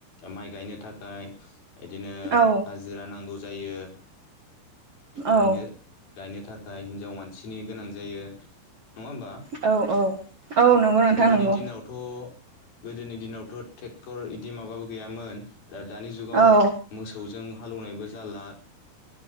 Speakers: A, on the left; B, on the right.
A: माइ गायनो थाखाय बिदिनो
B: औ
A: हाजिरा नांगौ जायो गायनो
B: औ
A: गायनो थाखाय हिनजाव मानसिनि गोनां जायो नङा होमबा
B: औ औ औ नंगौ नोंथां
A: गोदोनि
B: नंगौ
A: दिनावथ' गोदोनि दिनावथ' ट्रेक्टर बिदि माबाबो गैयामोन दा दानि जुगाव
B: औ
A: मोसौजों हालौवनायबो जाला।